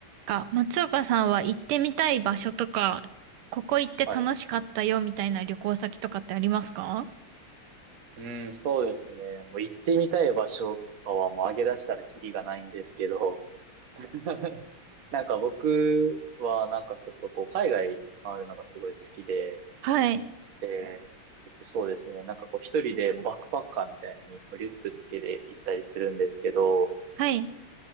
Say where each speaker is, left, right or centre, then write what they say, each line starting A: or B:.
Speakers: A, on the right; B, on the right.
A: か、松岡さんは行ってみたい場所とか、ここ行って楽しかったよみたいな旅行先とかってありますか
B: はい。
A: <laughs>
B: うん、そうですね。もう行ってみたい場所とかはもう上げ出したらキリがないんですけど、<laughs> なんか僕はなんかちょっとこう海外回るのがすごい好きで、
A: はい。
B: で、えっと、そうですね。なんかこう一人でもうバックパッカーみたいにもうリュックだけで行ったりするんですけど、
A: はい。